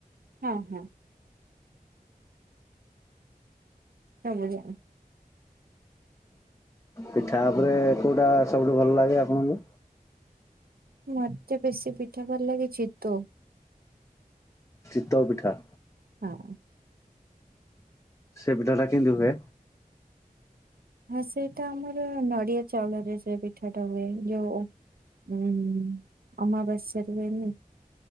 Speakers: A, on the right; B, on the left.
A: ହଁ ହଁ। ସବୁ <unintelligible>
B: ପିଠା ଉପରେ କୋଉଟା ସବୁଠୁ ଭଲ ଲାଗେ ଆପଣଙ୍କୁ?
A: ମତେ ବେଶୀ ପିଠା ଭଲ ଲାଗେ ଚିତୋଉ।
B: ଚିତୋଉ ପିଠା।
A: ହଁ।
B: ସେ ପିଠା ଟା କେମିତି ହୁଏ?
A: ହଁ ସେଇଟା ଆମର ନଡ଼ିଆ ଚାଉଳରେ ସେ ପିଠାଟା ହୁଏ ଯୋଉ ଉଁ ଅମାବାସ୍ୟା ରେ ହୁଏନି।